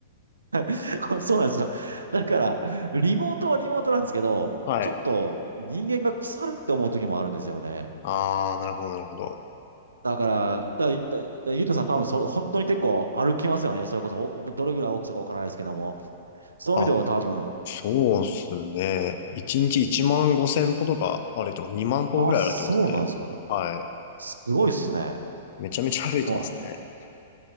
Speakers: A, on the right; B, on the left.
A: <laughs> これそうなんですよ。だから、リモートはリモートなんですけど、
B: はい。
A: ちょっと人間が腐るって思う時もあるんですよね。
B: ああ、なるほど、なるほど。
A: だから、だ、だ、だゆうとさん多分そ、本当に結構歩きますよね。それこそ、お、おどれぐらい大きさかわからないですけども。そういう意味では多分、
B: あ、そうっすね。
A: うん
B: 1日1万5千歩とか歩いてます。2万歩ぐらい歩いてますね。
A: あ、そうなんですか。
B: はい。
A: すごいっすね。
B: めちゃめちゃ歩いてますね。
A: でも、